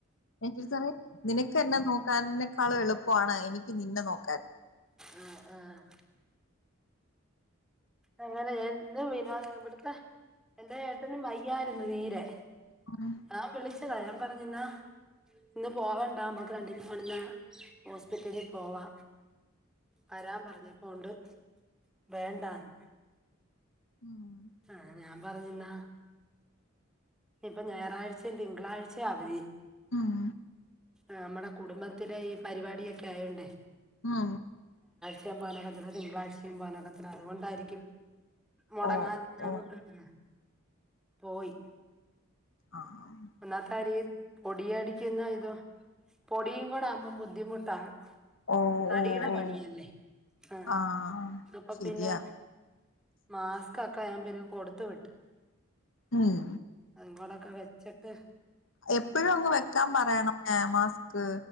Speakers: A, on the left; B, in the centre.
A: <unintelligible> നിനക്ക് എന്നെ നോക്കാൻ ക്കാളു എളുപ്പമാണ് എനിക്ക് നിന്നെ നോക്കാൻ
B: ആ ആ അങ്ങനെ ഇന്ന് വിനോ ഇവിടുത്തെ എന്റെ ഏട്ടനും വയ്യായിരുന്നു തീരെ
A: ഉം
B: ആ വിളിച്ചതാ ഞാൻ പറഞ്ഞന്നാ ഇന്ന് പോവാണ്ടാ നമ്മക്ക് രണ്ടിനീ കൊണ്ട്ഹോസ്പിറ്റലിൽ പോവാ വരാൻ പറഞ്ഞപ്പോണ്ട് വേണ്ടാന്
A: ഉം
B: ആ ഞാൻ പറഞ്ഞിന്നാ ഇപ്പൊ ഞായറാഴ്ചയും തിങ്കളാഴ്ചയും അവധി
A: ഉം
B: നമ്മടെ കുടുംബത്തിലെ ഈ പരിപാടിയൊക്കെ ആയോണ്ടേ
A: ആ
B: <unintelligible> തിങ്കളാഴ്ചയും പോനക്ക അതുകൊണ്ടായിരിക്കും മുടങ്ങാതിരുനാണ്
A: ഓ ഓ
B: ഉ പോയി
A: ആഹ്
B: ഒന്നാത്തെ കരി പൊട അടിക്കുന്ന ഇത പൊടിയും കൂടെ ആകുമ്പോം ബുദ്ധിമുട്ടാണ്
A: ഓ
B: തടിയുടെ
A: ഓ ഓ
B: പണിയല്ലേ ആഹ
A: ആഹ്
B: അപ്പൊ
A: ശരിയാ
B: പിന്നെ മാസ്ക്ൊക്കെ ഞാൻ പിന്ന കൊടുത്ത വിട്ട്
A: ഉം
B: അെ വെച്ചിട്ട്
A: എപ്പോഴും അങ്ങ് വെക്കാൻ പറയണം ഏ മാസ്ക്